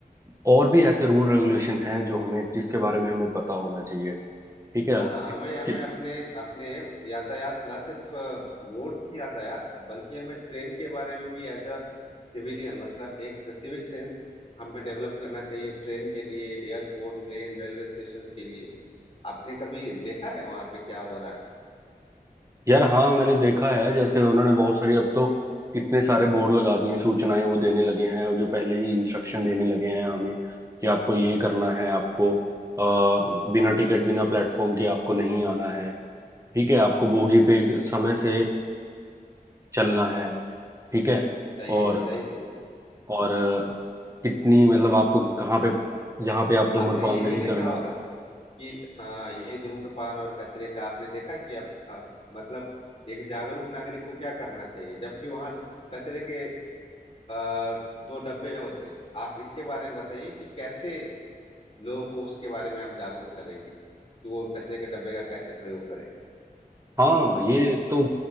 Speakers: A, on the right; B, on the left.
A: और भी ऐसे रूल रेगुलेशन हैं जो हमें जिसके बारे में हमें पता होना चाहिए ठीक है
B: हाँ
A: कि,
B: हमें
A: कि,
B: हमें अपने अपने यातायात ना सिर्फ रोड की यातायात बल्कि हमें ट्रेन के बारे में भी एज अ सिविलियन मतलब एक सिविक सेंस हमें डेवलप करना चाहिए ट्रेन के लिए एयरपोर्ट प्लेन रेलवे स्टेशन के लिए आपने कभी देखा है वहां पे क्या हो रहा है
A: यार हाँ मैंने देखा है जैसे उन्होंने बहुत सारी अब तो इतने सारे बोर्ड लगा दिए हैं, सूचनाएं वो देने लगे हैं और जो पहले ही इंस्ट्रक्शन देने लगे हैं हमें कि आपको ये करना है आपको अ, बिना टिकट बिना प्लेटफॉर्म के आपको नहीं आना है ठीक है आपको बोगी पे समय से चलना है ठीक है
B: सही
A: और
B: है सही बोल रहे
A: और कितनी मतलब आपको कहाँ पे यहाँ पे आप धूम्रपान
B: हैं। आपने ये
A: नहीं
B: भी देखा
A: करना
B: होगा कि हाँ ये धूम्रपान और कचरे का आपने देखा कि अब अब मतलब एक जागरूक नागरिक को क्या करना चाहिए जबकि वहां कचरे के आ, दो डब्बे होते हैं आप इसके बारे में बताइए कि कैसे लोगों को उसके बारे में आप जागरूक करेंगे कि वो कचरे के डब्बे का कैसे प्रयोग करें
A: हाँ ये तो